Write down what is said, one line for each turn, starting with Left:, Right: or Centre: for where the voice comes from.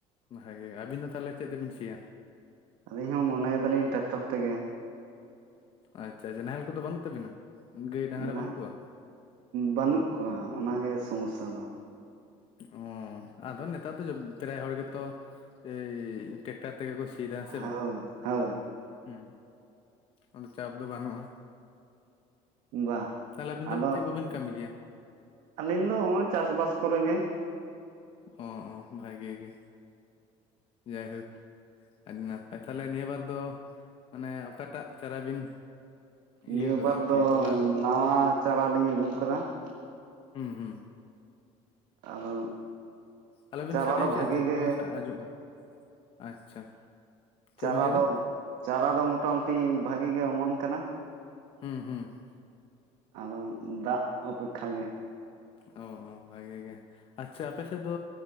Left: ᱵᱷᱟᱜᱮ ᱟᱹᱵᱤᱱ ᱫᱚ ᱛᱟᱦᱚᱞᱮ ᱪᱮᱫ ᱛᱮᱵᱤᱱ ᱥᱮᱤᱭᱟ?
Right: ᱟᱹᱞᱤᱧ ᱦᱚᱸ ᱢᱚᱱᱮᱭ ᱫᱟᱞᱤᱧ ᱴᱨᱟᱠᱴᱚᱨ ᱛᱮᱜᱮ ᱾
Left: ᱟᱪᱪᱷᱟ ᱟᱪᱪᱷᱟ ᱱᱟᱦᱮᱞ ᱠᱚᱫᱚ ᱵᱟᱹᱱᱩᱜ ᱛᱟᱵᱤᱱᱟ? ᱜᱟᱹᱭ ᱰᱟᱝᱨᱟ
Right: ᱱᱟᱜ
Left: ᱵᱟᱹᱱᱩᱜ ᱠᱚᱣᱟ?
Right: ᱵᱟᱹᱱᱩᱜ ᱠᱚᱣᱟ ᱚᱱᱟᱜ ᱜᱮ ᱥᱚᱢᱚᱥᱟ ᱫᱚ ᱾
Left: ᱚᱻ ᱟᱫᱚ ᱱᱮᱛᱟᱨ ᱫᱚ ᱯᱨᱟᱭ ᱦᱚᱲ ᱜᱮᱛᱚ ᱮᱭ ᱴᱮᱠᱴᱟᱨ ᱛᱮᱜᱮ ᱠᱚ ᱥᱤᱭᱟ ᱥᱮ
Right: ᱦᱳᱭ
Left: ᱵᱟᱝ?
Right: ᱦᱳᱭ
Left: ᱦᱮᱸ ᱟᱫᱚ ᱪᱟᱯ ᱫᱚ ᱵᱟᱹᱱᱩᱜᱼᱟ ᱿
Right: ᱵᱟᱝ
Left: ᱛᱟᱦᱞᱮ ᱟᱵᱤᱱ ᱫᱚ
Right: ᱟᱫᱚ
Left: ᱪᱮᱫ ᱠᱚᱵᱤᱱ ᱠᱟᱹᱢᱤ ᱜᱮᱭᱟ?
Right: ᱟᱹᱞᱤᱧ ᱫᱚ ᱱᱚᱜᱚᱭ ᱪᱟᱥ ᱵᱟᱟᱥ ᱠᱚᱨᱮ ᱜᱮ ᱾
Left: ᱚ ᱚ ᱵᱷᱟᱜᱮ ᱜᱮ ᱡᱟᱭᱦᱳᱠ ᱟᱫᱤᱱᱟ ᱦᱮᱸ ᱛᱟᱦᱚᱞᱮ ᱱᱤᱭᱟᱹ ᱵᱟᱨ ᱫᱚ ᱢᱟᱱᱮ ᱚᱠᱟᱴᱟᱜ ᱪᱟᱨᱟ ᱵᱤᱱ ᱤᱭᱟᱹ
Right: ᱱᱤᱭᱟᱹ
Left: ᱠᱟᱫᱟ
Right: ᱵᱟᱨ
Left: ᱟᱨᱠᱤ
Right: ᱫᱚ
Left: ᱛᱚᱞᱟ ᱠᱟᱫᱟ
Right: ᱱᱟᱣᱟ ᱪᱟᱨᱟ ᱞᱤᱧ ᱟᱹᱜᱩ ᱟᱠᱟᱫᱟ ᱾
Left: ᱦᱩᱸ ᱦᱩᱸ ᱾
Right: ᱟᱫᱚ
Left: ᱟᱞᱚᱵᱤᱱ
Right: ᱪᱟᱨᱟ
Left: ᱥᱟᱰᱮ
Right: ᱫᱚ
Left: ᱦᱚᱪᱚᱭᱟ
Right: ᱵᱷᱟᱜᱮ
Left: ᱾ ᱪᱮᱫ
Right: ᱜᱮ
Left: ᱫᱚᱢᱮ ᱟᱡᱸᱡᱚᱜᱼᱟ ᱾ ᱟᱪᱪᱷᱟ᱾ ᱪᱮᱫ
Right: ᱪᱟᱨᱟ
Left: ᱵᱤᱱ ᱞᱟᱹᱭᱫᱟ
Right: ᱫᱚ ᱪᱟᱨᱟ ᱫᱚ ᱢᱚᱴᱟ-ᱢᱩᱴᱤ ᱵᱷᱟᱜᱤ ᱜᱮ ᱚᱢᱚᱱ ᱠᱟᱱᱟ ᱾
Left: ᱦᱮᱸ ᱦᱮᱸ ᱾
Right: ᱟᱫᱚ ᱫᱟᱜ ᱚᱯᱮᱠᱷᱟ ᱜᱮ᱾
Left: ᱚ ᱵᱷᱟᱜᱤ ᱜᱮ ᱾ ᱟᱪᱪᱷᱟ ᱟᱯᱮ ᱥᱮᱫ ᱫᱚ